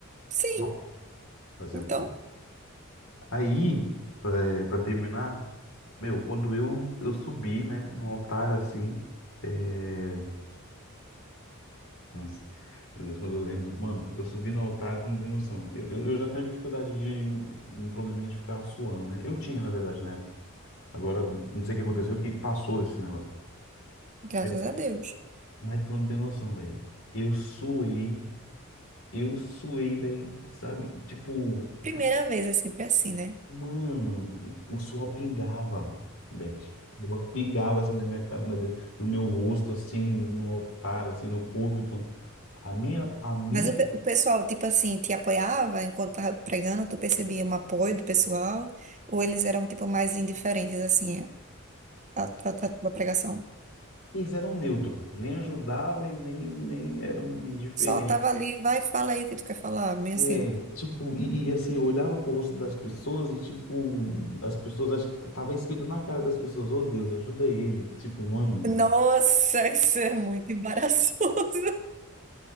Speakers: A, on the right; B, on the left.
A: Sim,
B: bom, fazer
A: então,
B: o quê? Aí, para terminar, meu, quando eu eu subi, né, no altar assim, é... nossa, meu Deus, quando eu lembro, mano, eu subi no altar, tu não tem noção. Eu, eu, eu já tenho dificuldade de um probleminha de ficar suando, né? Eu tinha, na verdade, na época. Agora, não sei o que aconteceu, que passou esse negócio.
A: graças
B: Meu,
A: a Deus.
B: mas tu não tem noção, velho. Eu suei, eu suei, velho, sabe? Tipo,
A: Primeira
B: cara,
A: vez é sempre assim, né?
B: mano, o suor pingava, Beth. O suor Pingava assim na minha, ca- na, do meu rosto, assim, no altar, assim, no púlpito. A minha, a minha,
A: Mas o, pe- o pessoal, tipo assim, te apoiava enquanto tava pregando, tu percebia um apoio do pessoal? Ou eles eram, tipo, mais indiferentes, assim, à, à, à tua pregação?
B: eles eram neutro, nem ajudava e nem, nem eram indiferentes.
A: Só tava ali, vai, fala aí o que tu quer falar, meio
B: É,
A: assim.
B: tipo, e, e, assim, eu olhava pro rosto das pessoas e, tipo, as pessoas, acho que tava escrito na cara das pessoas, ô Deus, ajuda ele. Tipo, mano,
A: Nossa, <laughs> isso é muito embaraçoso.